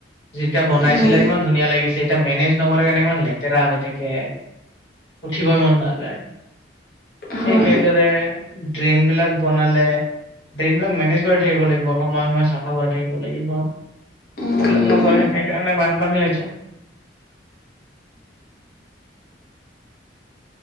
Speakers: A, on the left; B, on the left.
A: যেতিয়া বনাইছিলে
B: উম
A: ইমান ধুনীয়া লাগিছিল। এতিয়া মেনেজ নকৰে কেনে ইমান লেতেৰা হৈ থাকে। উঠিবই মন নাযায়,
B: হয়
A: ঠিক সেইদৰে ড্ৰেইন বিলাক বনালে, ড্ৰেইন বিলাক মেনেজ কৰি থাকিব লাগিব, সময় সময় চাফা কৰাই থাকিব লাগিব।
B: উম
A: সেইবিলাক নকৰে, সেইকাৰণে বানপানী হৈছে।